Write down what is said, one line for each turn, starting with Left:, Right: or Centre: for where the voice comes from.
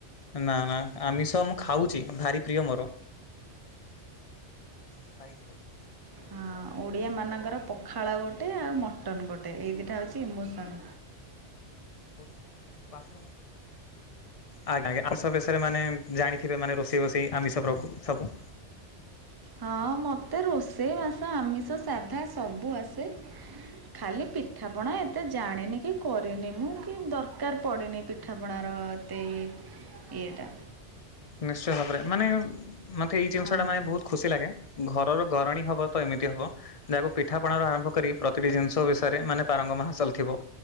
Left: ନା ନା ଆମିଷ ମୁଁ ଖାଉଛି ଭାରି ପ୍ରିୟ ମୋର। <unintelligible>
Right: ହଁ ଓଡ଼ିଆମାନଙ୍କର ପଖାଳ ଗୋଟେ ଆଉ ମଟନ୍ ଗୋଟେ, ଏଇ ଦୁଇଟା ହେଉଛି ଇମୋସନ୍।
Left: <inaudible> ଆଜ୍ଞା ଆମିଷ ବିଷୟରେ ମାନେ ଜାଣିଥିବେ ମାନେ ରୋଷେଇ ବୋଷେଇ ଆମିଷ ପ୍ରକୁ ସବୁ।
Right: ହଁ ମତେ ରୋଷେଇ ବାସ ଆମିଷ ସାଧା ସବୁ ଆସେ, ଖାଲି ପିଠାପଣା ଏତେ ଏତେ ଜାଣିନି କି କରିନି ମୁଁ କି ଦରକାର ପଡ଼ିନି ପିଠାପଣାର ଏତେ ଇଏ। ଏଇଟା
Left: ନିଶ୍ଚୟ ଭାବରେ ମାନେ ମତେ ଏଇ ଜିନିଷ
Right: ହଁ
Left: ଟା ମାନେ ବହୁତ ଖୁସି ଲାଗେ ଘରର ଗରଣୀ ହବ ତ ଏମିତି ହବ। ଯାହାକୁ ପିଠାପଣ ର ଆରମ୍ଭ କରି ପ୍ରତିଟି ଜିନିଷ ବିଷୟରେ ମାନେ ପାରଙ୍ଗମ ହାସଲ ଥିବ।